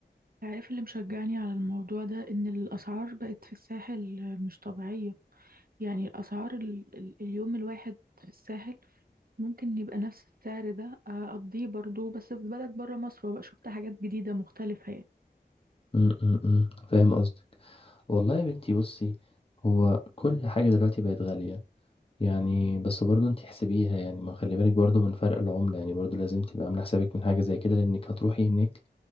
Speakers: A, on the right (about 60°); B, on the left (about 35°).
A: عارف اللي مشجعني على الموضوع ده إن الأسعار بقت في الساحل مش طبيعية يعني الأسعار ال- ال- اليوم الواحد في الساحل ممكن يبقى نفس السعر ده آه، أقضيه برضو بس في بلد برا مصر وبقى شفت حاجات جديدة مختلفة يعني
B: م- م- م. فاهم قصدك والله يا بنتي بصي هو كل حاجة دلوقتي بقت غالية يعني بس برضه انت حسبيها يعني ما خلي بالك برضه من فرق العملة يعني برضه لازم تبقى عاملة حسابك من حاجة زي كده لأنك هتروحي هناك